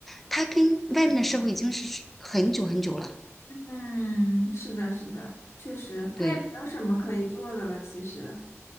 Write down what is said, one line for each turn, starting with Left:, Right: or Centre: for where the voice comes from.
Centre: 它跟外面的社会已经是很久很久了，
Left: 嗯，是的，是的，确实，他也没有什么可以做的了，
Centre: 对。
Left: 其实。